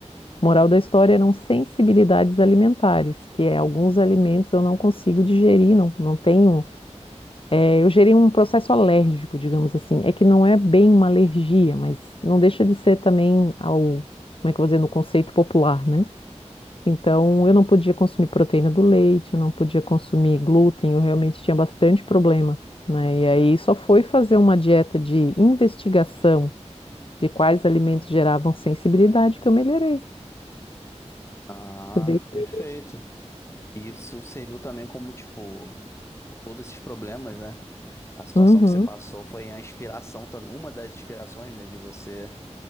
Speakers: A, on the left; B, on the left.
A: Moral da história eram sensibilidades alimentares, que é alguns alimentos eu não consigo digerir, não, não tenho. é, eu gerei um processo alérgico, digamos assim. É que não é bem uma alergia, mas não deixa de ser também ao, como é que eu vou dizer, no conceito popular, né? Então, eu não podia consumir proteína do leite, eu não podia consumir glúten, eu realmente tinha bastante problema, né? E aí só foi fazer uma dieta de investigação de quais alimentos geravam sensibilidade que eu melhorei.
B: Ah,
A: Você vê que-
B: perfeito. E isso serviu também como, tipo, todos esses problemas, né? A situação
A: Uhum.
B: que você passou foi a inspiração também, uma das inspirações, né, de você